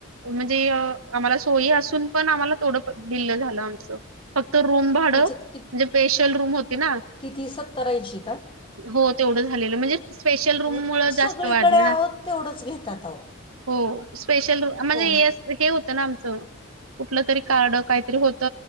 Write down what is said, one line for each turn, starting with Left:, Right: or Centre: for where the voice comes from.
Right: म्हणजे, आम्हाला सोयी असून पण आम्हाला तेवढं बिल झालं आमचं. फक्त रूम भाडं,
Left: तुमचं कि
Right: म्हणजे स्पेशल रूम होती ना.
Left: किती सत्तर ऐंशी का
Right: हो तेवढं झालेलं, म्हणजे स्पेशल रूम
Left: मग
Right: मुळ
Left: सगळीकडे
Right: जास्त वाढलं ना.
Left: आहोत तेवढंच घेतात आहो
Right: हो. स्पेशल आम म्हणजे
Left: हो
Right: एस हे होत ना, आमच कुठलं तरी कार्ड काहीतरी होत